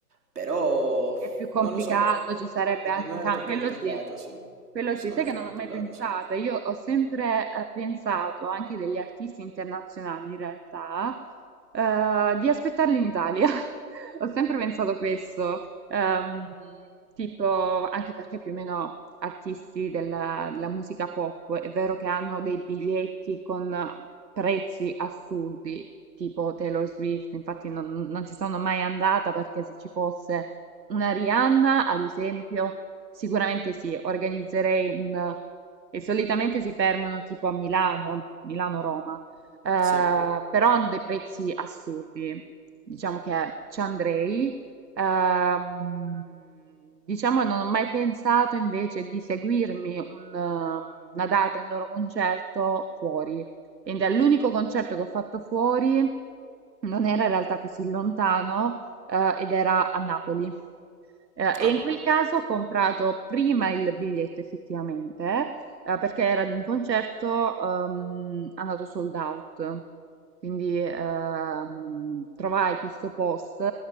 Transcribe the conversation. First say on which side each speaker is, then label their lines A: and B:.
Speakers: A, on the right; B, on the right.
A: però
B: È più complicato,
A: non lo so,
B: ci sarebbe
A: secondo
B: anche un
A: me
B: cambio,
A: è più complicato,
B: quello sì.
A: sì.
B: Quello
A: Secondo
B: sì, sai
A: me
B: che
A: è più
B: non
A: complicato,
B: l'ho mai pensato.
A: sì.
B: Io ho sempre eh, pensato, anche degli artisti internazionali in realtà, eh, di aspettarli in Italia. <laughs> Ho sempre pensato questo, ehm, tipo, anche perché più o meno artisti della, della musica pop, è vero che hanno dei biglietti con prezzi assurdi, tipo Taylor Swift, infatti non non ci sono mai andata perché se ci fosse una Rihanna, ad esempio... Sicuramente sì, organizzerei un... e solitamente si fermano tipo a Milano, Milano-Roma, eh,
A: Sì.
B: però hanno dei prezzi assurdi. Diciamo che ci andrei. Ehm, diciamo che non ho mai pensato invece di seguirmi un, ehm, una data, un loro concerto fuori. Ed è l'unico concerto che ho fatto fuori, non era in realtà così lontano, eh, ed era a Napoli. Eh, e
A: Ah,
B: in quel caso ho comprato prima il biglietto effettivamente, eh, perché era di un concerto ehm, andato sold out. Quindi ehm, trovai questo post